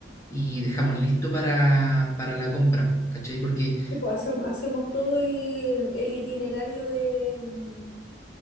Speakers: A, on the left; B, on the left.
A: y dejamos listo para, para la compra, ¿cachai? Porque
B: Tipo, hacemos, hacemos todo el, el itinerario de, mm,